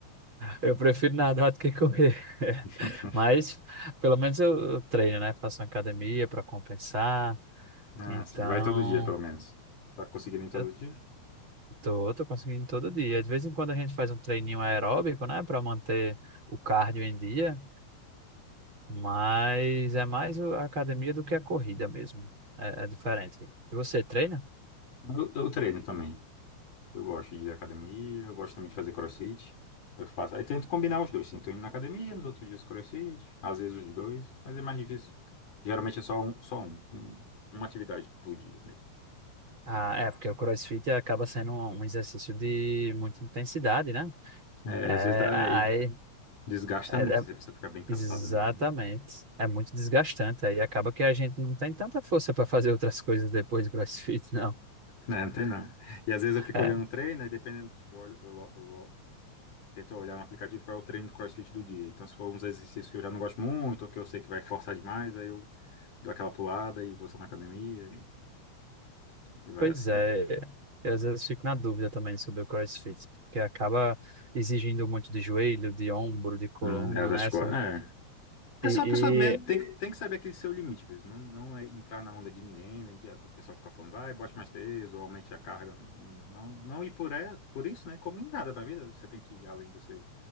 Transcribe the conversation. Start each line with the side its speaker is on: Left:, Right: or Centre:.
Right: Eu prefiro nadar do que correr. <laughs>
Left: <laughs>
Right: Mas pelo menos eu, eu treino, né? Faço uma academia para compensar.
Left: Ah,
Right: Então,
Left: sim, vai todo dia pelo menos. Tá conseguindo ir todo
Right: eu
Left: dia?
Right: tô, tô conseguindo todo dia. De vez em quando a gente faz um treininho aeróbico, né? Para manter o cardio em dia. Mas é mais o- a academia do que a corrida mesmo. É, é diferente. E você treina?
Left: Eu, eu treino também. Eu gosto de ir à academia, eu gosto também de fazer crossfit. Eu faço, aí tento combinar os dois, sim. Tô indo na academia, nos outros dias crossfit, às vezes os dois, mas é mais difícil. Geralmente é só um, só um, um- uma atividade por dia mesmo.
Right: Ah, é, porque o CrossFit acaba sendo um um exercício de muita intensidade, né?
Left: É,
Right: É,
Left: às vezes dá.
Right: aí,
Left: é, Desgasta
Right: é-
Left: muito,
Right: é-
Left: assim, a pessoa fica bem cansada
Right: exatamente.
Left: mesmo.
Right: É muito desgastante. Aí acaba que a gente não tem tanta força para fazer outras coisas depois do CrossFit, <laughs> não.
Left: Né, não tem não. E às vezes eu fico
Right: É,
Left: olhando o treino, aí dependendo, tipo, eu, olho, eu, lo- eu lo- tento olhar no aplicativo qual é o treino do CrossFit do dia. Então, se for uns exercícios que eu já não gosto muito, ou que eu sei que vai forçar demais, aí eu dou aquela pulada e vou só na academia e, e vai
Right: pois
Left: assim.
Right: é. Eu às vezes fico na dúvida também sobre o CrossFit, porque acaba exigindo muito de joelho, de ombro, de coluna,
Left: Hum, é das
Right: né?
Left: costas.
Right: Assim,
Left: É.
Right: e,
Left: É só a pessoa mesmo, tem, que- tem que saber aquele seu limite mesmo. Não, não é entrar na onda de ninguém, nem de o pessoal ficar falando, vai, bote mais peso, ou aumente a carga. Não, não ir por, é, por isso, né? Como em nada na vida, você tem que ir além do seu